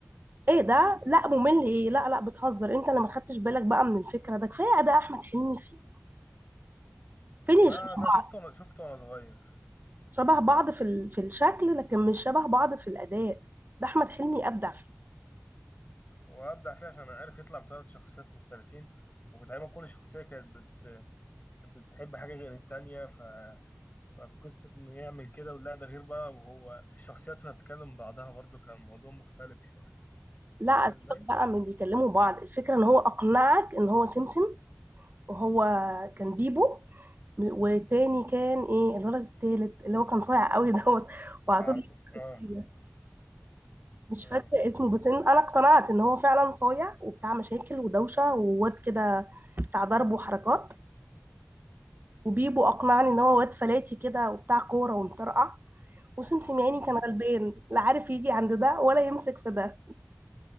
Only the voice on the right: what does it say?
ايه ده
لا ممل ايه لا لا بتهزر انت اللي ما خدتش بالك بقى من الفكره ده كفايه اداء احمد حلمي فيه فين اللي
شبه بعض
شبه بعض في ال- في الشكل لكن مش شبه بعض في الاداء ده احمد حلمي ابدع فيه
لا
اسيبك
بقى من بيكلموا بعض الفكره ان هو اقنعك ان هو سمسم وهو كان بيبو والتاني كان ايه الولد التالت اللي هو كان صايع قوي دوت وعلى
طول بيسكت
كده. مش
فاكره اسمه بس إن انا اقتنعت ان هو فعلا صايع وبتاع مشاكل ودوشه وواد كده بتاع ضرب وحركات وبيبو اقنعني ان هو واد فلاتي كده وبتاع كوره ومطرقع وسم سمياني
كان غلبان لا عارف يجي عند ده ولا يمسك في ده